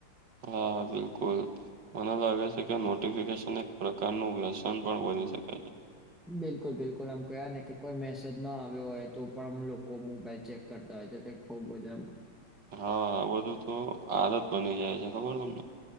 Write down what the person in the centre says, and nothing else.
બિલકુલ બિલકુલ આમ કવા ને કે કોઈ મેસેજ ન આવ્યો હોય તો પણમ લોકો મોબાઈલ ચેક કરતા હોય છે ત ખુબ મધા